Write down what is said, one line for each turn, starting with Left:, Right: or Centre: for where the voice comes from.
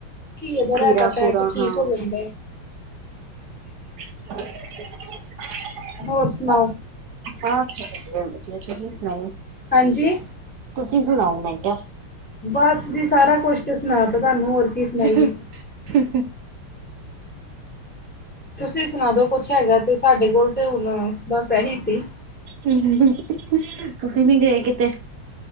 Centre: ਘੀਏ ਦਾ ਰਹਿਤਾ
Right: ਖੀਰਾ
Centre: ਪੈ
Right: ਖੂਰਾ
Centre: ਕੇ ਠੀਕ
Right: ਹਾਂ
Centre: ਹੋ ਜਾਂਦਾ
Right: <inaudible>
Centre: ਹੋਰ ਸੁਣਾਓ?
Right: ਬਸ ਵਧੀਆ ਤੁਸੀ ਸੁਣਾਓ?
Centre: ਹਾਂਜੀ।
Right: ਤੁਸੀਂ ਸੁਣਾਓ ਮੈਂ ਕਿਹਾ
Centre: ਬਸ ਜੀ ਸਾਰਾ ਕੁਛ ਤੇ ਸੁਣਾ ਤ ਤੁਹਾਨੂੰ ਹੋਰ ਕੀ ਸੁਣਾਈਏ
Right: ਹਹ ਹਹ
Centre: ਤੁਸੀਂ ਸੁਣਾ ਦੋ ਕੁਛ ਹੈਗਾ ਤੇ ਸਾਡੇ ਕੋਲ ਤੇ ਹੁਣ ਬਸ ਇਹੀ ਸੀ
Right: ਹਮ ਤੁਸੀ ਨੀ ਗਏ ਕਿਤੇ